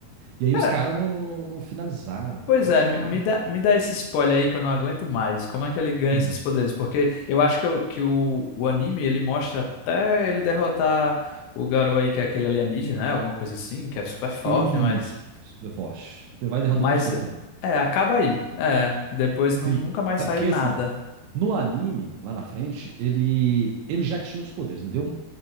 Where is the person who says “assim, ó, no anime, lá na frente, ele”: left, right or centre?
Right